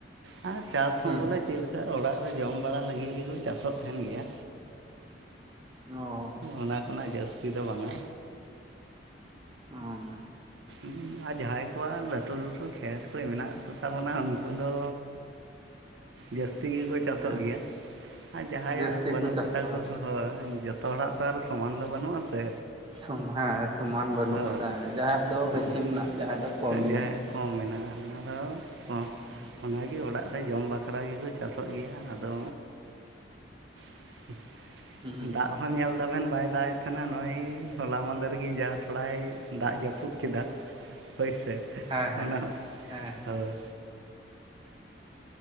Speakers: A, on the right (about 80°); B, on the right (about 25°).
A: ᱟᱨ ᱪᱟᱥ ᱦᱚᱸ
B: ᱦᱮᱸ
A: ᱵᱚᱞᱮ ᱪᱮᱞᱮ, ᱱᱮᱛᱟᱨ ᱚᱲᱟᱜ ᱨᱮ ᱡᱚᱢ ᱵᱟᱲᱟ ᱞᱟᱹᱜᱤᱫ ᱜᱮᱠᱚ ᱪᱟᱥᱚᱜ ᱛᱟᱦᱮᱱ ᱜᱮᱭᱟ᱾
B: ᱦᱩᱸ ᱚ
A: ᱚᱱᱟ ᱠᱷᱚᱱᱟᱜ ᱡᱟᱹᱥᱛᱤ ᱫᱚ ᱵᱟᱝᱟ᱾
B: ᱩ
A: ᱩᱸ ᱟᱨ ᱡᱟᱦᱟᱸᱭ ᱠᱚᱣᱟᱜ ᱞᱟᱹᱴᱩ ᱞᱟᱹᱴᱩ, ᱠᱷᱮᱛ ᱠᱚ ᱢᱮᱱᱟᱜ ᱠᱚᱛᱟ ᱵᱚᱱᱟ ᱩᱱᱠᱩ ᱫᱚ, ᱡᱟᱹᱥᱛᱤ ᱜᱮᱠᱚ, ᱪᱟᱥᱚᱜ
B: ᱦᱮᱸ
A: ᱜᱮᱭᱟ ᱟᱨ ᱡᱟᱦᱟᱸᱭᱟᱜ
B: ᱡᱟᱹᱥᱛᱤ
A: ᱵᱟᱹᱱᱩᱜ
B: ᱠᱚ ᱪᱟᱥᱚᱜᱼᱟ
A: ᱠᱚᱛᱟ ᱠᱚ ᱦᱚᱦᱚ ᱡᱚᱛ, ᱡᱚᱛᱚ ᱦᱚᱲᱟᱜ ᱛᱚ ᱟᱨ ᱥᱚᱢᱟᱱ ᱫᱚ ᱵᱟᱹᱱᱩᱜᱼᱟ ᱥᱮ᱾
B: ᱥᱚᱢ ᱦᱮᱸ ᱥᱚᱢᱟᱱ ᱵᱟᱹᱱᱩᱜ
A: ᱦᱳᱭ
B: ᱠᱟᱫᱟ ᱡᱟᱦᱟᱸᱭᱟᱜ ᱫᱚ
A: ᱦᱳᱭ
B: ᱵᱮᱥᱤ ᱢᱮᱱᱟᱜᱼᱟ, ᱡᱟᱦᱟᱸᱭᱟᱜ ᱫᱚ ᱠᱚᱢ
A: ᱡᱟᱦᱟᱸᱭᱟᱜ
B: ᱢᱮᱱᱟᱜᱼᱟ᱾
A: ᱠᱚᱢ ᱢᱮᱱᱟᱜᱼᱟ, ᱟᱫᱚ ᱠᱚᱢ,
B: <unintelligible>
A: ᱚᱱᱟᱜᱮ ᱚᱲᱟᱜ ᱨᱮ ᱡᱚᱢ ᱵᱟᱠᱷᱨᱟ ᱜᱮᱠᱚ ᱪᱟᱥᱚᱜ ᱜᱮᱭᱟ ᱟᱫᱚ, <unintelligible>
B: ᱦᱩᱸ
A: ᱫᱟᱜ ᱦᱚᱸ ᱧᱮᱞᱫᱟᱵᱮᱱ ᱵᱟᱭ ᱫᱟᱜ ᱮᱫ ᱛᱟᱦᱮᱱᱟ ᱱᱚᱜᱼᱚᱭ ᱦᱚᱞᱟ ᱢᱟᱸᱫᱮᱨᱜᱮ ᱡᱟ ᱛᱷᱚᱲᱟᱭ, ᱫᱟᱜ ᱡᱟᱹᱯᱩᱫ ᱠᱮᱫᱟ᱾ ᱦᱳᱭ ᱥᱮ
B: ᱦᱮᱸ ᱦᱮᱸ
A: ᱚᱱᱟ
B: ᱦᱮᱸ
A: ᱦᱳᱭ,